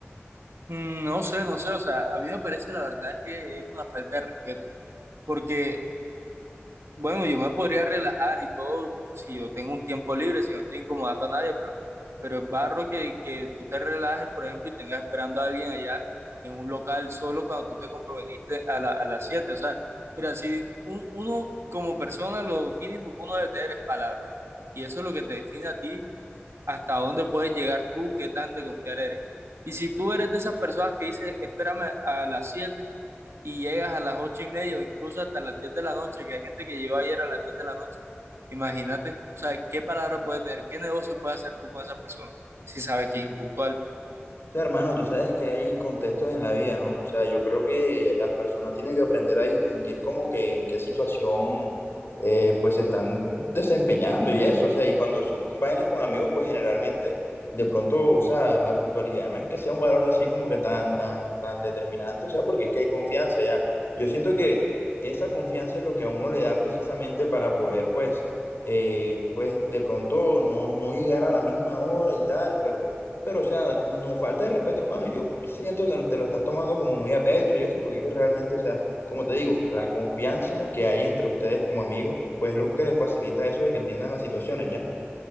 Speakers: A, on the right (about 75°); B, on the left (about 65°).
A: Mm, No sé, no sé, o sea, a mí me parece la verdad es que es una falta de respeto, porque, bueno, yo me podría relajar y todo si yo tengo un tiempo libre, si no estoy incomodando a nadie, pero, pero es barro que, que tú te relajes, por ejemplo, y tengas esperando a alguien allá en un local solo cuando tú te comprometiste a la- a las siete o sea, mira, si un- uno como persona lo mínimo que uno debe tener es palabra, y eso es lo que te define a ti hasta dónde puedes llegar tú, qué tan de confiar eres. Y si tú eres de esas personas que dices, espérame a las 7 y llegas a las 8 y media o incluso hasta las 10 de la noche, que hay gente que llegó ayer a las 10 de la noche, imagínate, o sea, qué palabra puede tener, qué negocio puede hacer tú con esa persona si sabes que es impuntual.
B: O sea, hermano, tú sabes que hay contextos en la vida, ¿no? O sea, yo creo que las personas tienen que aprender a distinguir como que en qué situación eh, pues se están desempeñando y eso. O sea, y cuando son con- vainas con amigos, pues generalmente de pronto, o sea, la puntualidad no es que sea un valor así como que tan, tan, tan determinante, o sea, porque es que hay confianza ya. Yo siento que esa confianza es lo que a uno le da precisamente para poder, pues, eh, pues de pronto no, no llegar a la misma hora y tal, pero pero, o sea, no falta de respeto, hermano. Yo siento que te lo estás tomando como muy a pecho y eso, porque es que realmente, o sea, como te digo, la confianza que hay entre ustedes como amigos, pues es lo que les facilita eso de que entiendan las situaciones, ¿ya?